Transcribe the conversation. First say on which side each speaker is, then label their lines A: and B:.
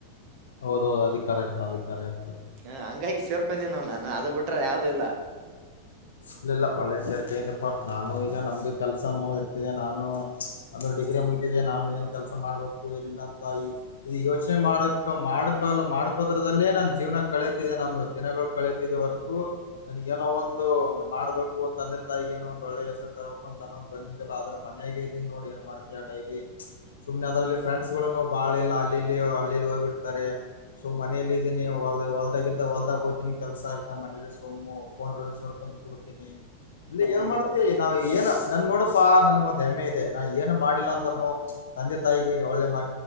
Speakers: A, on the left; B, on the right.
A: ಹೌದೌದು ಅಧಿಕಾರ ಇರ್ತ ಅಧಿಕಾರ ಇರ್ತ
B: ಹ ಹಂಗಾಗಿ ಸೇರ್ಕೊಂಡಿನಿನ ನೋಡ್ ನಾನು ಅದು ಬುಟ್ರ ಯಾವ್ದ ಇಲ್ಲ
A: ಇಲ್ಲ ಇಲ್ಲ ಒಳ್ಳೆ ಸೇರ್ ಕೆಂದಿದಪ್ಪಾ ನಾನು ಈಗ ನಮ್ದು ಕೆಲ್ಸನೋ ಇರ್ತಿದೆ ನಾನು ಅದು ಡಿಗ್ರಿ ಮುಗಿದಿದೆ ನಾನು ಏನ್ ಕೆಲಸ ಮಾಡ್ಬೇಕು ಏನಿಲ್ಲ ಅಂತ ಈ ಇದು ಯೋಚನೆ ಮಾಡಕ್ ಮಾಡ್ಕಲ್ ಮಾಡ್ಕೋದ್ರದಲ್ಲೇ ನಾನ್ ಜೀವನ ಕಳೆತಿದೆ ನಮ್ದ ದಿನಗಳು ಕಳತಿದೆ ಹೊರ ತು ನನ್ಗ ಏನೋ ಒಂದು ಮಾಡ್ಬೇಕು ತಂದೆ ತಾಯಿಗ್ ಏನೋ ಒಂದು ಒಳ್ಳೆ ಹೆಸರು ತರಬೇಕಂತನ್ನೊದು ಬಂದಿಲ್ಲ ಅದ್ರ ಮನ್ಯಾಗ ಇದೀನಿ ನೋಡಿ ಏನ್ ಮಾಡ್ತೀಯ ಡೈಲಿ ಸುಮ್ಮನೆದರಲ್ಲಿ ಫ್ರೆಂಡ್ಸ್ಗಳುನು ಬಾಳಿಲ್ಲ ಅಲ್ಲ ಅಲ್ಲಿಲ್ಲಿ ಹೋಗ್ಬಿಟ್ಟದಾರೆ ಸೊ ಮನೇಲಿ ಇದ್ದಿನಿ ಹೊಲ್ದಾಗ ಇದ್ದಾಗ ಹೊಲ್ದಾಗ ಹೋಗ್ತೀನಿ ಕೆಲಸ ನಮ್ಮ ಮನೆಲೇ ಸುಮ್ಮು ಫೋನ್ ರೀಲ್ಸ್ ನೋಡ್ಕೊಂಡು ಕುಡ್ತೀನಿ ಇಲ್ಲ ಏನ್
B: ನಿನಗ್
A: ಮಾಡ್ತಿ
B: ಒಂದ್
A: ನಾವ್ ಏನು ನನ್ ನೋಡಪಾ ನನ್ಗ ಒಂದ್ ಹೆಮ್ಮೆ ಇದೆ ನಾ ಏನು ಮಾಡಿಲ್ಲಾ ಅಂದ್ರನು ತಂದೆ ತಾಯಿಗೆ ಹೋಳ್ಳೆ ಮ